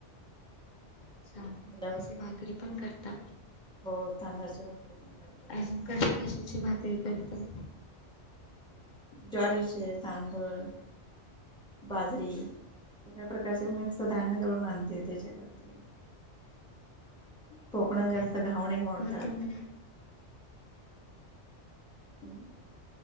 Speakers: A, on the left (about 50°); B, in the centre.
A: अच्छा तांदळाची
B: हॅलो
A: भाकरी पण करता?
B: हो तांदळाची भाकरी पण करते.
A: अजून कशा कशाची भाकरी करता?
B: ज्वारीची, तांदूळ, बाजरी. सगळ्या प्रकारचे मिक्स धान्य दळून आणते त्याचे करते. कोकणात
A: काय
B: जास्त घावणे आवडतात.
A: मग तुम्हाला
B: हम्म.